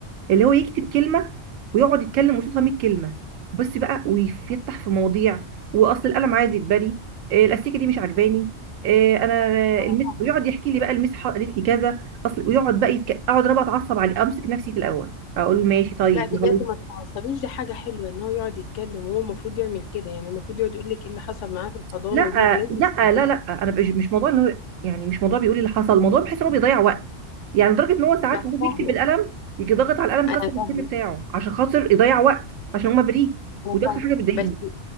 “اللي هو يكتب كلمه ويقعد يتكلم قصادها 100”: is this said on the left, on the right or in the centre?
Right